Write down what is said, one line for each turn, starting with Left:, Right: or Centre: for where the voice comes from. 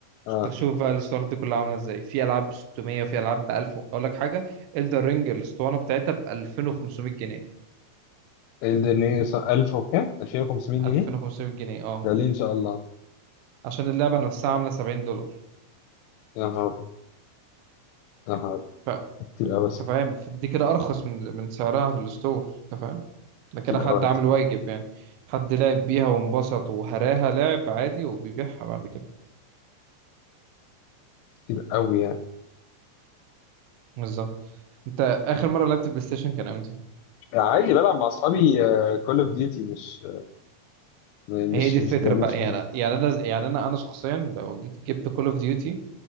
Left: اه
Right: تشوف بقى الاسطوانات دي كلها عامله ازاي في العاب ب 600 وفي العاب ب 1000 اقول لك حاجه الدر رينج الاسطوانه بتاعتها ب 2500 جنيه
Left: الدنيا 1000 وكام 2500 جنيه
Right: 2500 جنيه اه
Left: ده ليه ان شاء الله
Right: عشان اللعبه نفسها عامله 70 دولار
Left: يا نهار أبيض. يا نهار أبيض.
Right: فانت
Left: كتير قوي
Right: فاهم دي كده ارخص من من سعرها في الستور انت فاهم ده كده
Left: كتير
Right: حد
Left: قوي
Right: عامل واجب يعني حد لعب بيها وانبسط وهراها لعب عادي وبيبيعها بعد كده
Left: كتير قوي يعني
Right: بالظبط انت اخر مره لعبت بلاي ستيشن كان امتى
Left: عادي بلعب مع اصحابي كول اوف ديوتي مش مش
Right: هي دي
Left: مش
Right: الفكره
Left: مش
Right: بقى يعني يعني انا يعني انا انا شخصيا لو جيت- جبت كول اوف ديوتي